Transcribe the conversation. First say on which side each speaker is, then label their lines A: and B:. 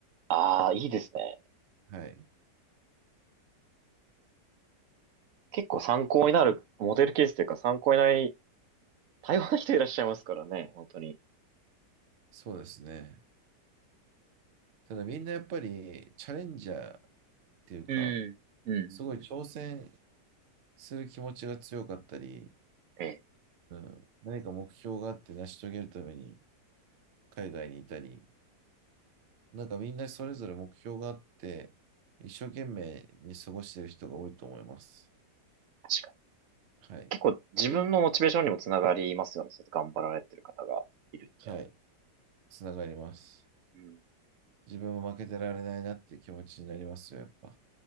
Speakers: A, on the right; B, on the right.
A: ああ、いいですね。
B: はい。
A: 結構参考になるモデルケースというか参考になり、多様な人いらっしゃいますからね、本当に。
B: そうですね。ただみんなやっぱりチャレンジャーっていうか、
A: うん。うん。
B: すごい挑戦する気持ちが強かったり、
A: ええ、
B: うん、何か目標があって成し遂げるために海外にいたり、なんかみんなそれぞれ目標があって、一生懸命に過ごしている人が多いと思います。
A: 確かに。
B: はい。
A: 結構自分のモチベーションにもつながりますよね。そうやって頑張られてる方がいるって。
B: はい。つながります。
A: うん。い
B: 自分も負けてられないなっていう気持ちになりますよ、やっぱ。